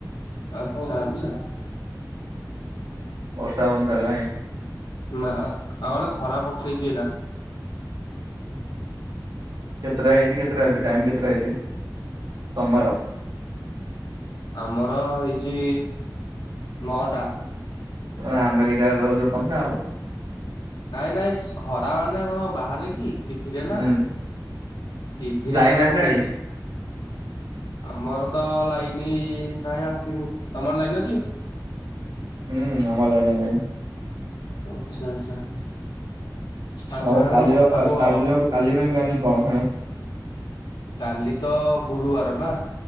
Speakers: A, on the left; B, on the right.
A: ଆଚ୍ଛା ଆଚ୍ଛା।
B: ବର୍ଷା ହଉନି ତାହେଲେ ନାଇଁ।
A: ନା ଆମ ଆଡେ ଖରା ପକେଇଚି ଏଇନା।
B: କେତେଟା ହେଇଚି କେତେଟା ଏବେ ଟାଇମ କେତେଟା ହେଇଛି? ସମୟ।
A: ଆମର ହେଇଛି ନଅଟା।
B: ତମେ ଆମେରିକାରେ ରହୁଚ ତମେ ଆଉ।
A: ନାଇଁ ନାଇଁ ସ୍ ଖରାମାନେ କଣ ବାହାରେ କି ଟିଭିରେ ନା।
B: ହୁଁ
A: ଟିଭିରେ
B: ଲାଇନ
A: ଖରା
B: ଆସିଲାଣି
A: ପକେଇଛି ଆମର ତ ଲାଇନି ନାଇଁ ଆସନି, ତମର ଲାଇନ ଅଛି?
B: ହୁଁ ଆମର ଲାଇନ ଆଇଲାଣି।
A: ଆଚ୍ଛା ଆଚ୍ଛା। ଆଚ୍ଛା
B: ଆଉ
A: ଗୋଟେ
B: କାଲିର
A: କଥା
B: ଫା
A: କୁହ
B: କାଲିର ପାଇଁ କାଲି ପ୍ଲାନିଂ କଣ ଫେରେ?
A: କାଲି ତ ଗୁରୁବାର ନା।